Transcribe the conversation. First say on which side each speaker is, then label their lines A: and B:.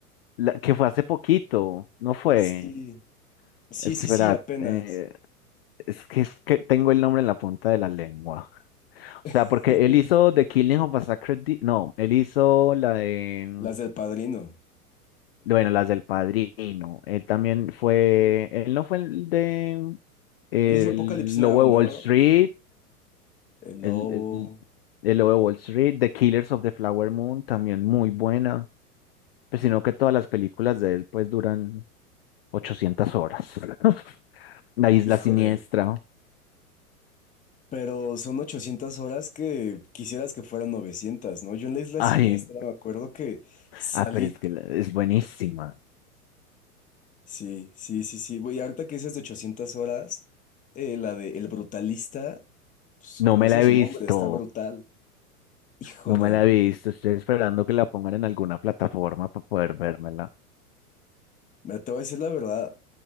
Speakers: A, on the left (about 40°); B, on the left (about 15°).
A: La, que fue hace poquito, no fue.
B: Sí, sí,
A: Espera,
B: sí, sí, apenas.
A: eh, es que, es que tengo el nombre en la punta de la lengua. O sea,
B: <laughs>
A: porque él hizo The Killing of a Sacred Deer. No, él hizo la de.
B: Las del Padrino.
A: Bueno, las del Padrino. Él también fue. Él no fue el de. El
B: Él hizo Apocalypse Now,
A: Lobo de
B: ¿no?
A: Wall Street.
B: El
A: El,
B: Lobo.
A: el, el Lobo de Wall Street. The Killers of the Flower Moon. También muy buena. Pero sino que todas las películas de él, pues, duran 800 horas. <laughs> La Isla
B: Híjole.
A: Siniestra.
B: Pero son 800 horas que quisieras que fueran 900, ¿no? Yo en la Isla
A: Ay,
B: Siniestra me acuerdo que salí.
A: ah, pero es que la- es buenísima.
B: Sí, sí, sí, sí. Güey, ahorita que dices de 800 horas, eh, la de El Brutalista, pues como
A: No me
B: dice
A: la
B: su
A: he visto.
B: nombre, está brutal. Híjole.
A: No me la he visto, estoy esperando que la pongan en alguna plataforma para poder vérmela.
B: Me te voy a decir la verdad.